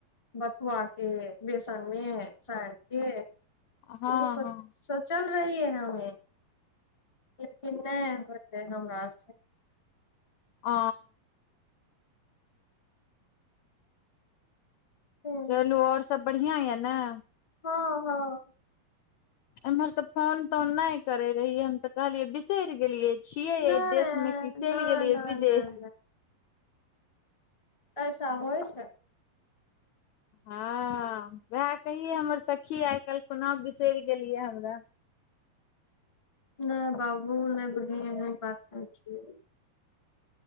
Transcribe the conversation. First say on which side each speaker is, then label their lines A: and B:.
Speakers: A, on the left; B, on the left.
A: बथुआ के बेसन मे सानि के
B: हँ
A: ओ सोचल
B: हँ
A: रहियै हमे लेकिन नहि होइतै हमरासँ
B: आ
A: हँ
B: चलू आऔर सब बढ़िआ ये न
A: हँ हँ
B: एम्हर से फोन तोन नहि करे रहियै हम तऽ कहलियै बिसरि गेलियै छियै
A: नहि
B: ऐ देशमे कि चलि
A: नहि
B: गेलियै
A: नहि
B: विदेश
A: नहि अइसा होइ छै
B: हँ उएह कहियै हमर सखी आइ काल्हि खुना बिसरि गेलियै हमरा
A: नहि बाबू ने बहिन एहन बात नहि छै